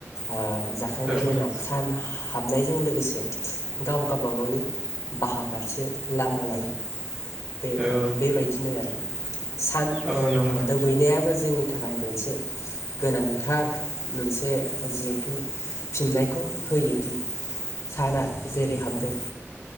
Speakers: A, on the left; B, on the right.
A: ओ जाखांनायनि
B: औ
A: उनाव सान हाबनायजों लोगोसे गाव गाबा गावनि बाहाफारसे लामा लायो बे
B: औ
A: बेबायदिनो आरो सान
B: औ नं
A: दोबैनायाबो जोंनि थाखाय मोनसे गोनांथार मोनसे जिहेथु फिननायखौ होयोदि साना जेरै हाबदों